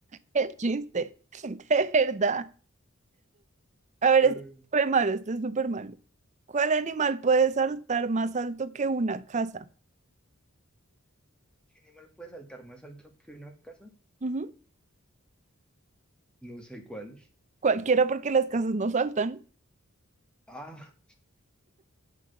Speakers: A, on the right; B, in the centre.
A: Qué chiste, <laughs> de verdad. A ver,
B: Eh,
A: este es súper malo, este es súper malo. ¿Cuál animal puede saltar más alto que una casa?
B: ¿Qué animal puede saltar más alto que una casa?
A: Ujú.
B: No sé cuál.
A: Cualquiera porque las casas no saltan.
B: Ah,